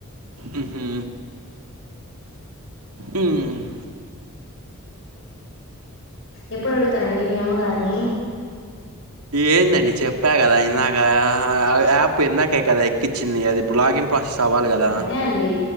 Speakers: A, on the right; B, on the left.
A: మ్హూ. మ్మ్.
B: ఎప్పుడు అడుగుతారండి మీ అమ్మగారిని
A: ఏందండి చెప్ ప్పా కదా ఇందకా యాప్ ఇందాకే కదా ఎక్కించిింది అది ఇప్పుడు లాగిన్ ప్రాసెస్ అవ్వాలి కదా
B: అదే అండి